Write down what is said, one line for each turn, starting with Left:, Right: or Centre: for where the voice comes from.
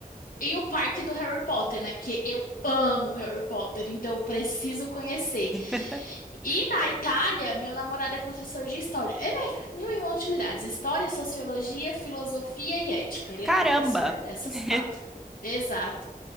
Left: e o Parque do Harry Potter, né? Porque eu amo Harry Potter, então eu preciso conhecer.
Centre: <laughs>
Left: E na Itália, meu namorado é professor de história. Ele é mil e uma utilidades: história, sociologia, filosofia e ética. Ele
Centre: Caramba!
Left: é professor dessas
Centre: <laughs>
Left: quatro. Exato.